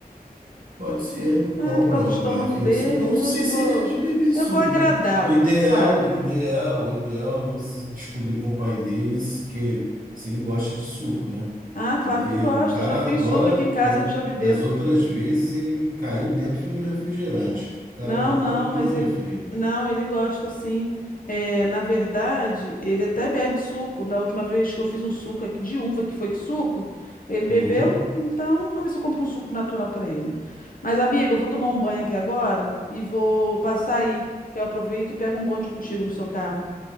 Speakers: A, on the right; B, on the left.
A: Pode ser, compra
B: É, por causa
A: uma
B: do estômago
A: garrafinha
B: dele,
A: de suco. Eu não sei
B: hoje eu
A: se
B: vou.
A: ele é de beber
B: Eu
A: suco,
B: vou agradar
A: né? O
B: hoje,
A: ideal,
B: sabe?
A: o ideal, o ideal é você descobrir com o pai dele se, que, se ele gosta de suco, né?
B: Ah, claro
A: Porque
B: que gosto.
A: o cara
B: Eu Já fiz
A: adora,
B: suco aqui em casa,
A: pelo
B: ele já bebeu.
A: das outras vezes, ele caiu dentro, foi do refrigerante. O cara
B: Não,
A: não pode
B: não,
A: ver
B: mas
A: um refri.
B: ele não, ele gosta sim. É, na verdade, ele até bebe suco. Da última vez que eu fiz um suco aqui de uva, que foi que suco, ele bebeu.
A: Uhum.
B: Então, vou ver se eu compro um suco natural para ele. Mas, amiga, eu vou tomar um banho aqui agora e vou passar aí, que eu aproveito e pego um bonde contigo no seu carro.